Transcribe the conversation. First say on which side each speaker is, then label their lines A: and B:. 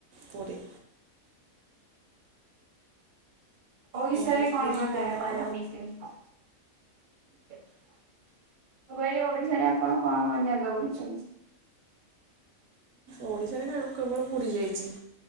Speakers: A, on the right (about 75°); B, on the right (about 45°).
A: ପୁରୀ।
B: ଓଡିଶା
A: ପୁଣି
B: ରେ କଣ
A: ପୁରୀ
B: କଣ ଜାଗା?
A: କୋଣାର୍କ
B: <unintelligible> ମୁଁ କହିଲି ଓଡିଶାରେ ଆପଣ କଣ କଣ ଜାଗା ବୁଲିଛନ୍ତି?
A: ଓଡ଼ିଶା ରେ କେ-କେବଳ ପୁରୀ ଯାଇଛି।